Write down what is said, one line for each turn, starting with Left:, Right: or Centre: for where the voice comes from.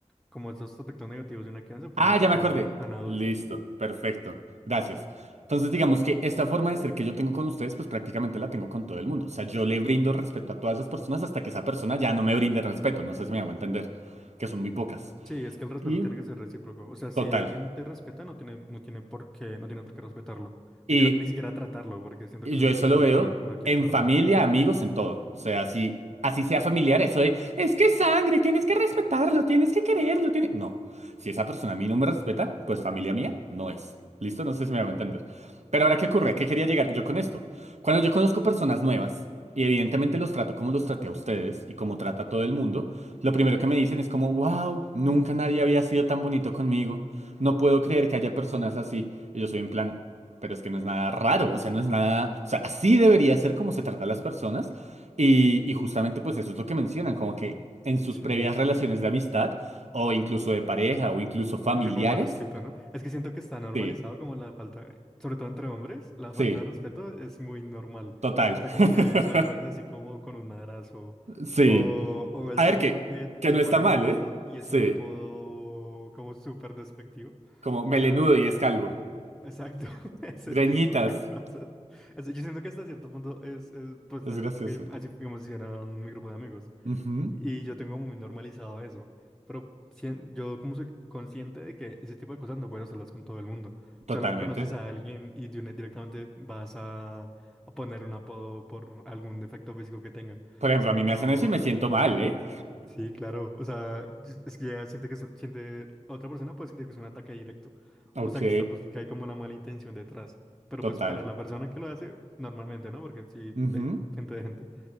Centre: como esos aspectos negativos de una crianza pueden
Right: Ah,
Centre: afectar
Right: ya me acordé.
Centre: al, a un adulto.
Right: Listo, perfecto. Gracias. Entonces, digamos que esta forma de ser que yo tengo con ustedes, pues prácticamente la tengo con todo el mundo. O sea, yo le brindo respeto a todas las personas hasta que esa persona ya no me brinde respeto. No sé si me hago entender, que son muy pocas.
Centre: Sí, es que el respeto
Right: Y
Centre: tiene que ser recíproco. O sea, si
Right: total.
Centre: alguien te respeta, no tiene, no tiene por qué, no tiene por qué respetarlo.
Right: Y
Centre: Ni, tira- ni siquiera tratarlo, porque siento
Right: Y
Centre: que es
Right: Yo
Centre: alguien
Right: eso
Centre: que no
Right: lo
Centre: le da
Right: veo
Centre: la pena con la que
Right: en
Centre: tratar.
Right: familia, amigos, en todo. O sea, si así sea familiar, eso de es que es sangre, tienes que respetarlo, tienes que quererlo, tiene... No. Si esa persona a mí no me respeta, pues familia mía no es. ¿Listo? No sé si me hago entender. Pero ahora, ¿qué ocurre? ¿Qué quería llegar yo con esto? Cuando yo conozco personas nuevas, y evidentemente los trato como los traté a ustedes y como trata a todo el mundo, lo primero que me dicen es como, wow, nunca nadie había sido tan bonito conmigo. No puedo creer que haya personas así. Y yo soy en plan, pero es que no es nada raro, o sea, no es nada, o sea, así debería ser como se trata a las personas y, y justamente pues eso es lo que mencionan, como que en sus
Centre: Sí,
Right: previas relaciones de amistad o incluso de pareja o incluso familiares,
Centre: hacía como barusquito, ¿no? Es que siento que está normalizado
Right: sí,
Centre: como la falta, sobre todo entre hombres, la
Right: sí,
Centre: falta de respeto es muy normal.
Right: total,
Centre: O sea, como
Right: <laughs>
Centre: que saludes así como con un madrazo.
Right: sí.
Centre: O, o el
Right: A ver
Centre: típico
Right: que,
Centre: que
Right: que
Centre: le
Right: no
Centre: ponen
Right: está mal,
Centre: apodo
Right: ¿eh?
Centre: y
Right: Sí,
Centre: es un apodo como súper despectivo.
Right: como
Centre: O
Right: melenudo
Centre: sea, el...
Right: y es calvo,
Centre: Exacto, <laughs> ese
Right: greñitas,
Centre: tipo de cosas. O sea, yo siento que hasta cierto punto es, es, pues
Right: es
Centre: también,
Right: gracioso.
Centre: porque así como si era mi grupo de amigos.
Right: Ujú,
Centre: Y yo tengo muy normalizado eso. Pero sien- yo como soy consciente de que ese tipo de cosas no puedes hacerlas con todo el mundo.
Right: Totalmente.
Centre: O sea, no conoces a alguien y de una- directamente vas a, a poner un apodo por algún defecto físico que tenga.
Right: Por ejemplo,
Centre: Es como,
Right: a mí me
Centre: no.
Right: hacen eso y me siento
Centre: <laughs>
Right: mal, ¿eh?
Centre: Sí, claro. O sea, es que ya siente que es- siente, otra persona puede sentir que es un ataque directo.
Right: Ok,
Centre: O sea, que, está, bus- que hay como la mala intención detrás. Pero
Right: total.
Centre: pues para la persona que lo hace, normalmente, ¿no? Porque sí
Right: Ujú,
Centre: hay gente de gente